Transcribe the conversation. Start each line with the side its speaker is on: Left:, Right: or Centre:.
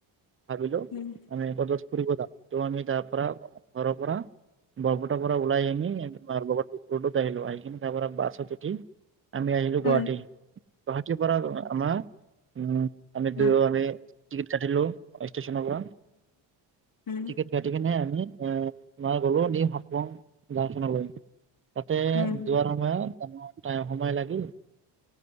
Right: ভাবিলো
Left: উম উম
Right: আমি একেলগে ফুৰিব যাওঁ ত আমি তাৰ পৰা ঘৰৰ পৰা বৰ পেটাৰ পৰা ওলাই আহি লগৰ ৰডত আহিলো আহিপিনে তাৰ পৰা বাছত উঠি আমি আহিলো গুৱাহাটী
Left: উম
Right: গুৱাহাটীৰ পৰা আমাৰ উম আমি দুয়ো
Left: উম উম উম
Right: আমি টিকট কাটিলো ষ্টেচনৰ পৰা
Left: উম উম
Right: টিকট কাটি কেনে আমি এ মই গ'লো নি শাপং গাঁওখনলৈ তাতে
Left: উম
Right: যোৱাৰ সময়ত সময় লাগিল